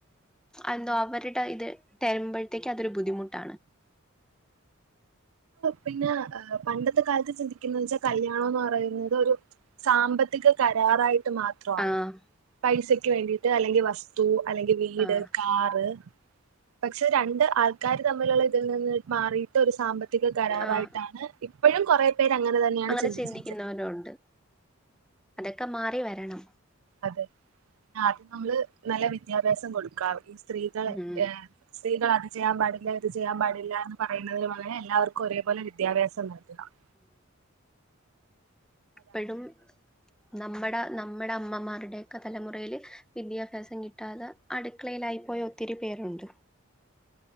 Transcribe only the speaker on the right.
പിന്നെ പണ്ടത്തെ കാലത്ത് ചിന്തിക്കുന്ന വെച്ചാൽ കല്യാണം എന്ന് പറയുന്നത് ഒരു സാമ്പത്തി ഇതൊക്കെ കരാറായിട്ട് മാത്രമാണ്
പൈസക്ക് വേണ്ടിട്ട് അല്ലെങ്കിൽ വസ്തു അല്ലെങ്കിൽ വീട്
വീട് കാറ് പക്ഷെ രണ്ട് ആൾക്കാര് തമ്മിലുള്ള ഇതിൽ നിന്ന് മാറിട്ട് ഒരു സാമ്പത്തി കരാറായിട്ടാണ്
ഇപ്പോഴും കൊറെ പേര് അങ്ങനെ തന്നെയാണ്
ചിന്തിച്ച
വെച്ചത്.
അതെ ആദ്യം നമ്മള് നല്ല വിദ്യാഭ്യാസം കൊടുക്കാം ഈ സ്ത്രീകളെ
സ്ത്രീകള് അത് ചെയ്യാൻ പാടില്ല ഇത് ചെയ്യാൻ പാടില്ല എന്ന് പറയുന്നതിനു പോലെ എല്ലാവർക്കും ഒരേപോലെ വിദ്യാഭ്യസം <unintelligible>